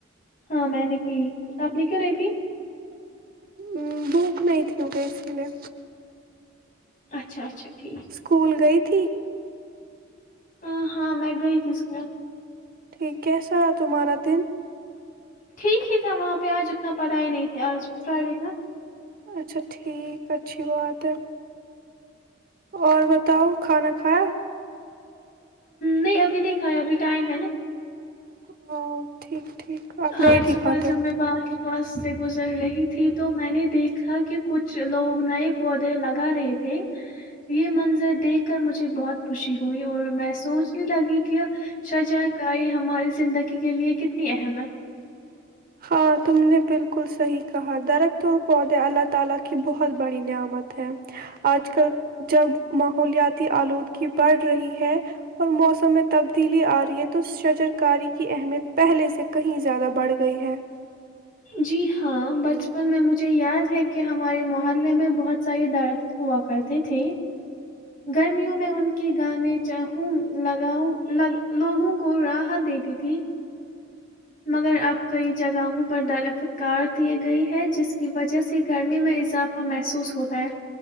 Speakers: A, on the left; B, on the right.
A: ہاں میں نہیں پی آپ نے کیوں نہیں پی
B: ا بھوک نہیں تھی مے اسی لیے
A: اچھا اچھا ٹھیک
B: اسکول گئی تھی
A: ہاں ہاں میں گئی تھی اسکول
B: ٹھیک کیسا ہے تمہارا دن
A: ٹھیک ہی تھا وہاں پہ آج اتنا پڑھائی نہیں تھی آج فرائیڈے کا
B: اچھا ٹھیک اچھی بات ہے اور بتاؤ کھانا کھایا
A: نہیں ابھی نہیں کھایا ابھی ٹائم ہے نا
B: <inaudible> ٹھیک آپ لیٹ
A: آج
B: ہی
A: صبح
B: کھاتے
A: جب
B: ہو
A: میں با کے پاس سے گزر رہی تھی تو میں نے دیکھا کہ کچھ لوگ نئے پودے لگا رہے تھے یہ منظر دیکھ کر مجھے بہت خوشی ہوئی اور میں سوچنے لگی کہ شجا گاری ہماری زندگی کے لیے کت کتنی اہم ہے
B: ہاں تم نے بالکل صحیح کہا درخت اور پودے اللہ تعالی کی بہت بڑی نعمت ہے اج کل جب ماحولیاتی الودگی بڑھ رہی ہے اور موسم تبدیلی ارہی ہے تو شجرکاری کی اہمیت پہلے سے کہیں زیادہ بڑھ گئی ہے
A: جی ہاں بچپن میں مجھے یاد ہے کہ ہمارے محلے میں بہت سارے درخت ہوا کرتے تھے گرمیوں میں ان کی گانے چاہوں لگاؤں ل لوگوں کو راحت دیتی تھی مگر اب کئی جگہوں پر درخت کار دیے گئے ہیں جس کی وجہ سے گرمی میں اضافہ محسوس ہوتا ہے